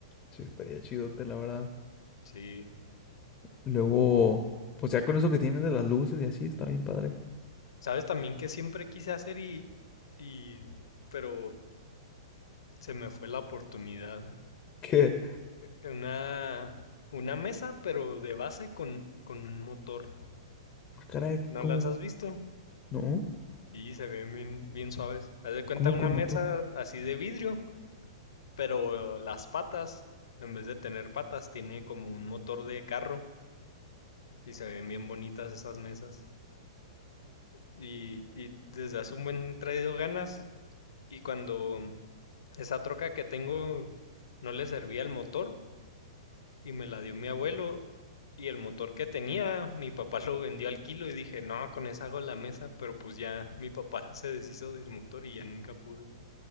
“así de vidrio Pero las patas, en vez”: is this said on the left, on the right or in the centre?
Left